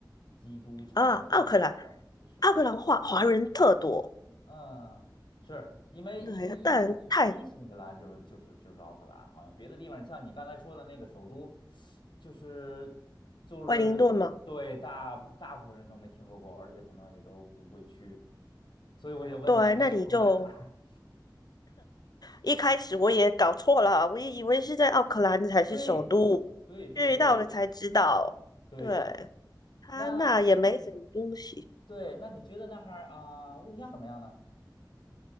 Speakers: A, on the left (about 85°); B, on the left (about 60°).
A: 基督城、
B: 啊，
A: 奥克兰是吧？
B: 奥克兰，奥克兰华华人特多，
A: 嗯，是因为因为一一一提新西兰就是就是就是奥克兰，
B: 对，但太
A: 好像别的地方，像你刚才说的那个首都，就是就是对大大部分人都没听说过，
B: 惠灵顿嘛，
A: 而且可能也都不会去，所以我也问一下你首都在哪儿？
B: 对，那里就一开始我也搞错了，我也以为是在奥克兰才是首都，
A: <laughs> 对对对对
B: 去到了才知道，
A: 对。
B: 对，他那也没什么东西，
A: 那那你对，那你觉得那哈儿啊、物价怎么样呢？